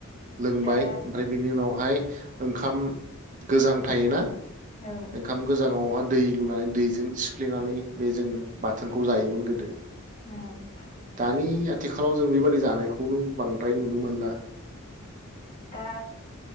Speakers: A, on the right; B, on the left.
A: लोंबाय
B: दा
A: ओमफ्राय बेनि उनावहाय ओंखाम गोजां थायोना
B: औ
A: ओंखाम गोजाङावहा दै लुनानै दैजों सिफ्लेनानै बे जों बाथोनखौ जायोमोन गोदो।
B: औ
A: दानिया आथिखालाव जों बेबायदि जानायखौ खौनो बांद्राय नुनो मोनला।
B: दा